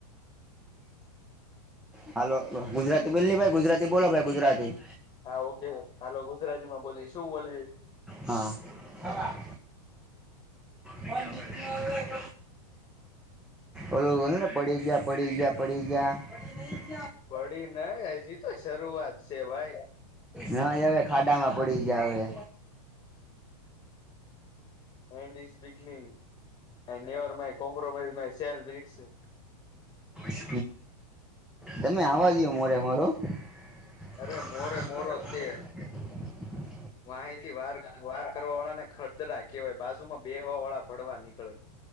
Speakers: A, in the centre; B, on the left.
A: હાલો ગુજરાતી બોલ ભાઈ ગુજરાતી બોલો ભાઈ ગુજરાતી
B: હા ઓકે હાલો ગુજરાતીમાં બોલી શું બોલવી
A: હા હ ઓલુંને પડી ગયા પડી ગયા પડી ગયા
B: પડી નને હજી તો શરૂઆત છે ભાઈ
A: ના હવે ખાડામાં પડી ગયા હવે
B: and is beginning and never my compromise my સેલ્સિ
A: હ તમે આવા જો મોરે મારો હ
B: અરે મોરે મોરો તે વાહીથી વાર વાર કરવા વાળા ને ખડદરા કેવાય બાજુમાં બેહવા વાળા ભડવા નીકળે